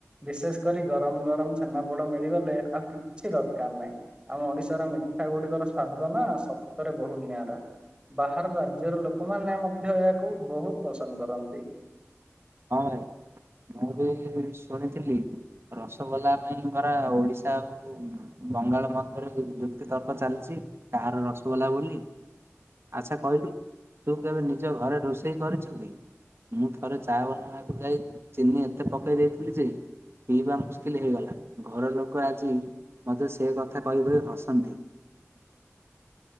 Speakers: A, on the right (about 20°); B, on the right (about 55°).
A: ବିଶେଷ କରି ଗରମ ଗରମ ଛେନାପୋଡ ମିଳିଗଲେ ଆଉ କିଛି ଦରକାର୍ ନାହିଁ। ଆମ ଓଡିଶାର ମିଠା ଗୁଡିକର ସ୍ଵାଦ ନା ସତରେ ବହୁତ୍ ନିଆରା। ବାହାର ରାଜ୍ୟର ଲୋକମାନେ ମଧ୍ୟ ଏହାକୁ ବହୁତ୍ ପସନ୍ଦ କରନ୍ତି।
B: ହଁ ଭାଇ ମୁଁ ବି ଶୁଣିଥିଲି। ରସଗୋଲା ପାଇଁ ପରା ଓଡିଶା ଆଉ। ବଙ୍ଗାଳ ମଧ୍ୟରେ ଯୁ ଯୁକ୍ତି ତର୍କ ଚାଲିଛି କାହାର ରସଗୋଲା ବୋଲି। ଆଚ୍ଛା କହିଲୁ ତୁ କେବେ ନିଜ ଘରେ ରୋଷେଇ କରିଛୁ କି ମୁଁ ଥରେ। ଚା ବନେଇବାକୁ ଯାଇ ଚିନି ଏତେ ପକେଇ ଦେଇଥିଲି ଯେ। ପିଇବା ମୁସ୍କିଲ୍ ହେଇଗଲା ଘର ଲୋକ ଆଜି। ମତେ ସେ କଥା କହି କହି ହସାନ୍ତି।